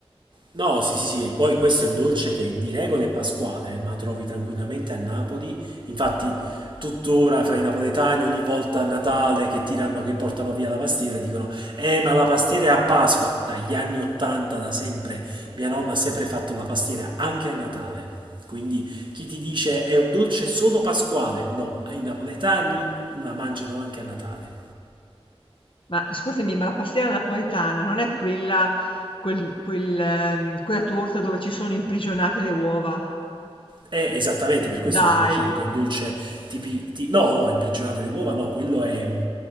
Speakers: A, on the right; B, on the left.
A: No, sì, sì, sì, e poi questo è un dolce che di regola è pasquale, ma trovi tranquillamente a Napoli. Infatti, tuttora fra i napoletani, ogni volta a Natale che tirano, che portano via la pastiera, dicono: Eh, ma la pastiera è a Pasqua. Dagli anni 80, da sempre, mia nonna ha sempre fatto la pastiera anche a Natale. Quindi chi ti dice è un dolce solo pasquale? No, i napoletani la mangiano anche a Natale.
B: Ma ascoltami, ma la pastiera napoletana non è quella, quel- quel, ehm, quella torta dove ci sono imprigionate le uova?
A: Eh, esattamente, per questo
B: Dai.
A: io ti dicevo che è un dolce tipi... ti- No, no, imprigionate le uova, no, quello è... mm,